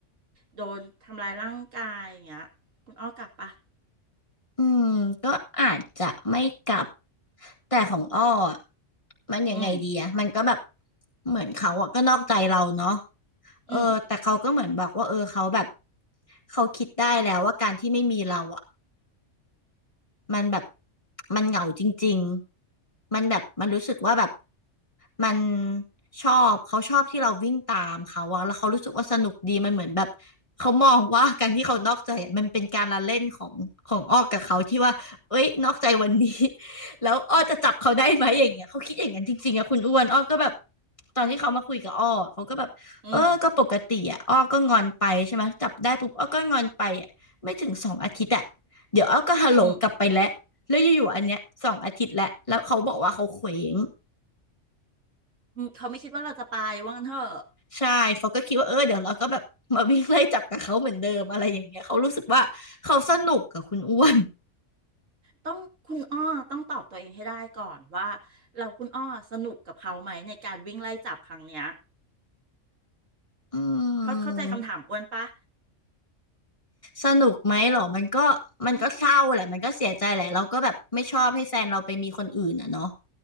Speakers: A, on the right (about 85°); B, on the left (about 25°).
A: โดนทำลายร่างกายอย่างเงี้ยคุณอ้อกลับปะ
B: อืมก็อาจจะไม่กลับแต่ของอ้ออะมันยังไงดีอะมันก็แบบ
A: อืม
B: เหมือนเขาอะก็นอกใจเราเนาะเออแต่เขาก็เหมือนบอกว่าเออเขาแบบ
A: อืม
B: เขาคิดได้แล้วว่าการที่ไม่มีเราอะ มันแบบมันเหงาจริงๆมันแบบมันรู้สึกว่าแบบมันชอบเขาชอบที่เราวิ่งตามเขาอะแล้วเขารู้สึกว่าสนุกดีมันเหมือนแบบเขามองว่าการที่เขานอกใจอะมันเป็นการละเล่นของของอ้อกับเขาที่ว่าเอ้ยนอกใจวันนี้ <laughs> แล้วอ้อจะจับเขาได้ไหมอย่างเงี้ยเขาคิดอย่างนั้นจริงๆอะคุณอ้วนอ้อก็แบบตอนที่เขามาคุยกับอ้ออะเขาก็แบบเออก็ปกติอะอ้อก็งอนไปใช่ไหมจับได้ปุ๊บอ้อก็งอนไปอะไม่ถึงสองอาทิตย์อะ
A: อืม
B: เดี๋ยวเอาก็ฮัลโหลกลับไปแล้วแล้วอยู่ๆอันเนี้ยสองอาทิตย์แล้วแล้วเขาบอกว่าเขาเคว้ง
A: อืมอืมเขาไม่คิดว่าเราจะไปว่างั้นเถอะ
B: ใช่เขาก็คิดว่าเออเดี๋ยวเราก็แบบมาวิ่งไล่จับกับเขาเหมือนเดิมอะไรอย่างเงี้ยเขารู้สึกว่าเขาสนุกกับคุณอ้วน
A: ต้องคุณอ้อต้องตอบตัวเองให้ได้ก่อนว่าเราคุณอ้อสนุกกับเขาไหมในการวิ่งไล่จับครั้งเนี้ย
B: อื
A: เขาเข้าใจคำถามอ้วนปะ
B: มสนุกไหมหรอมันก็มันก็เศร้าแหละมันก็เสียใจแหละเราก็แบบไม่ชอบให้แฟนเราไปมีคนอื่นอ่ะเนาะ
A: อืม